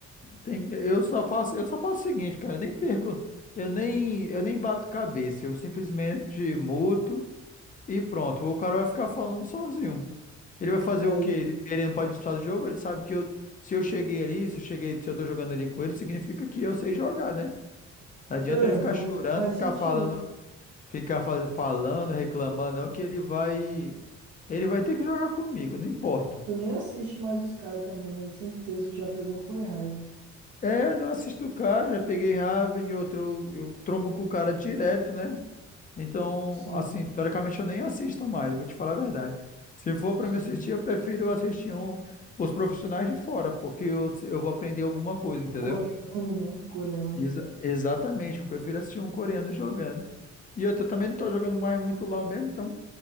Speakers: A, on the left (about 30°); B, on the right (about 80°).
A: Tem, eu só faço, eu só faço o seguinte, cara, eu nem perco, eu nem, eu nem bato cabeça, eu simplesmente muto e pronto. O cara vai ficar falando sozinho. Ele vai fazer
B: Aí,
A: o quê? Ele, ele não pode me expulsar do jogo? Ele sabe que eu, se eu cheguei ali, se eu cheguei, se eu tô jogando ali com ele, significa que eu sei jogar, né? Não adianta
B: é,
A: ele ficar
B: faz,
A: chorando,
B: faz
A: ficar
B: sentido.
A: falando, ficar faz- falando, reclamando, não, que ele vai, ele vai ter que jogar comigo, não importa.
B: Tu nem assiste mais os caras também, né? De certeza que tu já pegou foi raiva.
A: É, não assisto o cara, já peguei raiva e outro, eu trombo com o cara direto, né? Então,
B: Sim,
A: assim, teoricamente eu nem assisto mais, vou te falar a verdade. Se for para
B: sim.
A: me assistir, eu prefiro assistir um, os profissionais de fora, porque eu, eu vou aprender alguma coisa, entendeu?
B: Coreano, né? Coreano.
A: Exa- exatamente, eu prefiro assistir um coreano jogando. E eu tô- também não tô jogando mais muito LoL mesmo, então